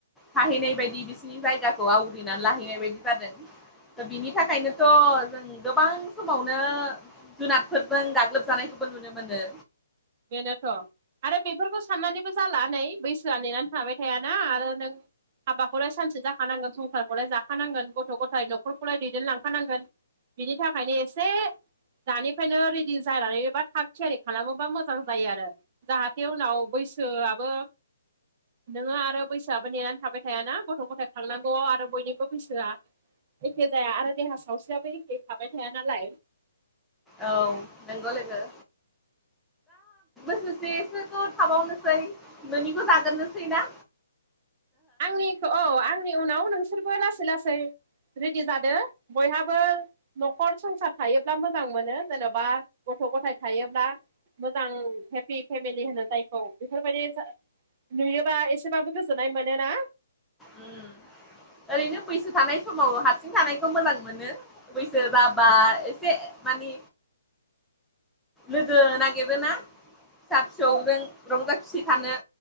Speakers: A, in the centre; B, on the right.
A: थाहैनाय बायदि बिसिनि जायगाखौ आवग्रिनानै लाहैनाय बायदि जादों बिनि थाखायनोथ' जों गोबां समावनो जुनारफोरजों गाग्लोबजानायखौबो नुनो मोनदों
B: बेनोथ' आरो बेफोरखौ साननानैबो जाला नै बैसोआ नेनानै थाबाय थाया ना आरो नों हाबाखौलाय सानसे जाखानांगोन संसारखौलाय जाखानांगोन गथ' ग'थाय न'खरखौलाय दैदेनलांखानांगोन बिनि थाखायनो एसे दानिफ्रायनो रेडि जानानै एबा थाग थिआरि खालामोबा मोजां मोजां जायो आरो जाहाथे उनाव बैसोआबो नोङो आरो बैसोआबो नेनानै थाबाय थायाना गथ' गथाय खांनांगौआव आरो बयनिबो बैसोआ एखे जाया आरो देहा सावस्रिआबो एखे थाबाय थाया नालाय
A: औ नोंगौ लोगो बोसोरसे सोखौ थाबावनोसै ननिखौ जागोर नोसैना
B: आंनिखो औ आंनि उनाव नोंसोरबो लासै लासै रेडि जाद बयहाबो न'खर संसार थायोब्ला मोजां मोनो जेन'बा गथ' ग'थाय थायोब्ला मोजां हेपि फेमिलि होनो जायखौ बेफोरबादि जा नुयोबा एसेबाबो गोजोननाय मोनो ना
A: उम ओरैनो बैसो थानाय समाव हारसिं थानायखौ मोजां मोनो बैसो जाबा एसे मानि लोगो नागिरोना फिसा फिसौजों
B: अ
A: रंजा खुसि थानो